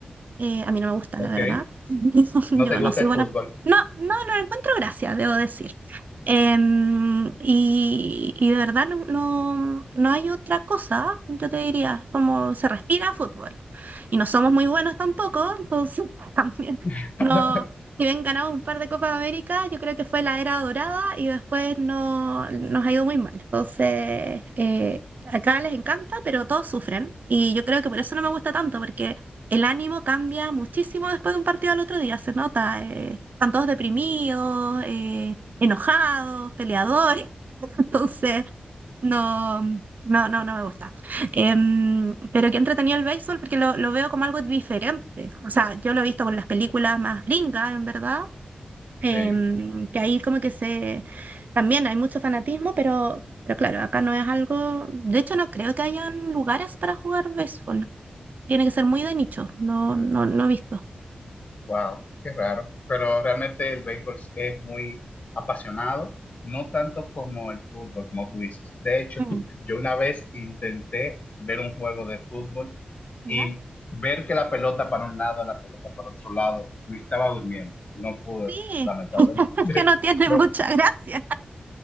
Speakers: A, on the right; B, on the left.
A: Eh, a mí no me gusta,
B: Ok,
A: la verdad. <laughs>
B: no
A: Yo
B: te gusta
A: no soy
B: el
A: buena.
B: fútbol.
A: No, no, no le encuentro gracia, debo decir. Em, y, y de verdad no, no, no hay otra cosa, yo te diría, como se respira fútbol. Y no somos muy buenos tampoco, entonces <laughs> también
B: <laughs>
A: no. Si bien ganamos un par de Copas de América, yo creo que fue la era dorada y después no, nos ha ido muy mal. Entonces, eh, acá les encanta, pero todos sufren. Y yo creo que por eso no me gusta tanto, porque el ánimo cambia muchísimo después de un partido al otro día, se nota. eh, están todos deprimidos, eh, enojados, peleadores. <laughs> Entonces, no, no, no, no me gusta. Em, pero que entretenido el béisbol porque lo, lo veo como algo diferente. O sea, yo lo he visto con las películas más gringas, en verdad. em,
B: Sí.
A: que ahí como que se... También hay mucho fanatismo, pero, pero claro, acá no es algo... De hecho, no creo que hayan lugares para jugar béisbol. Tiene que ser muy de nicho, no, no, no he visto.
B: Wow, qué raro. Pero realmente el béisbol es muy apasionado, no tanto como el fútbol, como tú dices. De hecho,
A: Mm,
B: <laughs> yo una vez intenté ver un juego de fútbol
A: ¿Ya?
B: y ver que la pelota para un lado, la pelota para otro lado, me estaba durmiendo. No pude,
A: Sí,
B: lamentablemente.
A: <laughs> es
B: <laughs>
A: que no tiene
B: No,
A: mucha gracia.